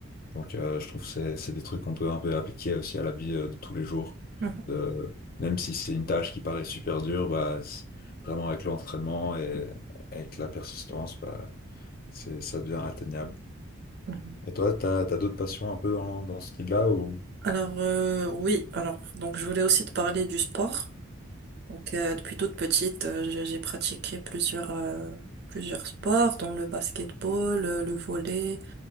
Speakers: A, on the left; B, on the right.
A: Donc euh, je trouve que c'est c'est des trucs qu'on peut un peu appliquer aussi à la vie euh, de tous les jours.
B: mhm,
A: De même si c'est une tâche qui paraît super dure, bah c'est- vraiment avec l'entraînement et avec la persistance, bah c'est ça devient atteignable.
B: mhm.
A: Et toi, t'as t'as d'autres passions un peu dans dans ce style-là ou?
B: Alors euh, oui, alors donc je voulais aussi te parler du sport. Donc euh, depuis toute petite, euh, j'ai j'ai pratiqué plusieurs euh, plusieurs sports, dont le basketball, euh, le volley,